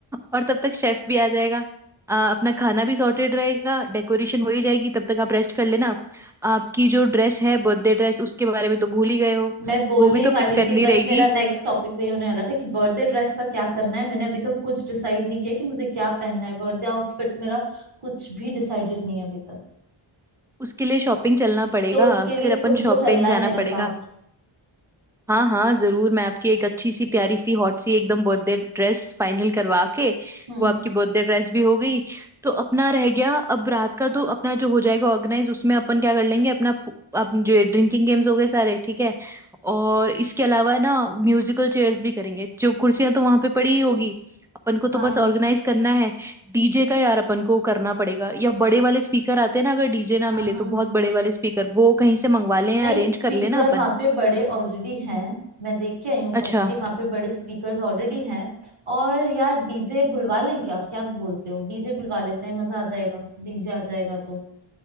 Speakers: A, in the centre; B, on the right (about 85°).
A: और तब तक शेफ भी आ जाएगा आ, अपना खाना भी सॉर्टेड रहेगा डेकोरेशन हो ही जाएगी तब तक आप रेस्ट कर लेना आपकी जो ड्रेस है बर्थडे ड्रेस उसके बारे में तो भूल ही गए हो
B: मैं बोलने
A: वो भी तो
B: ही वाली
A: पिक करनी
B: थी बस
A: रहेगी
B: मेरा नेक्स्ट टॉपिक वही होने वाला था कि बर्थडे ड्रेस का क्या करना है मैंने अभी तक कुछ डिसाइड नहीं किया कि मुझे क्या पहनना है बर्थडे आउटफिट मेरा कुछ भी डिसाइडेड नहीं है अभी तक
A: उसके लिए शॉपिंग चलना पड़ेगा
B: तो उसके लिए
A: फिर अपन
B: तुमको
A: शॉपिंग
B: चलना है
A: जाना
B: मेरे साथ
A: पड़ेगा हाँ हाँ जरूर मैं आपकी एक अच्छी सी प्यारी सी हॉट सी एकदम बर्थडे ड्रेस फाइनल करवा के
B: हम्म
A: वो आपकी
B: हम्म,
A: बर्थडे ड्रेस भी हो गई तो अपना रह गया अब रात का तो अपना जो हो जाएगा ऑर्गेनाइज उसमें अपन क्या कर लेंगे अपना पु- अपन जो ड्रिंकिंग गेम्स हो गए सारे ठीक है और इसके अलावा ना म्यूजिकल चेयर्स भी करेंगे जो कुर्सियां तो वहां पे पड़ी ही होगी अपन को तो
B: हाँ
A: बस ऑर्गेनाइज करना है डीजे का यार अपन को करना पड़ेगा या बड़े वाले स्पीकर आते हैं ना अगर डीजे ना
B: हाँ
A: मिले
B: हाँ
A: तो बहुत
B: हाँ
A: बड़े वाले स्पीकर वो कहीं से मंगवा लें
B: नहीं
A: या अरेंज
B: स्पीकर
A: कर लेना अपन
B: वहाँ पे बड़े ऑलरेडी हैं मैं देख के आई हूँ प्रॉपर्टी
A: अच्छा
B: वहाँ पे बड़े स्पीकर्स ऑलरेडी हैं और यार डीजे बुलवा लें क्या क्या बोलते हो डीजे बुलवा लेते हैं मजा आ जाएगा डीजे आ जाएगा तो